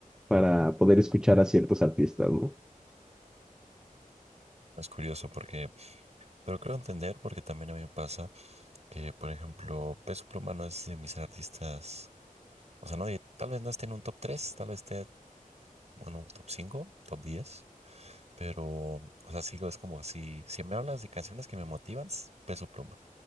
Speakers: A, in the centre; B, on the right.
A: para poder escuchar a ciertos artistas, ¿no?
B: Es curioso porque, pero creo entender porque también a mí me pasa. Que, por ejemplo, Peso Pluma no es de mis artistas, o sea, no, de- tal vez no esté en un top tres tal vez esté en un top cinco top diez pero, o sea, sigo, es como si, si me hablas de canciones que me motivan, s- Peso Pluma,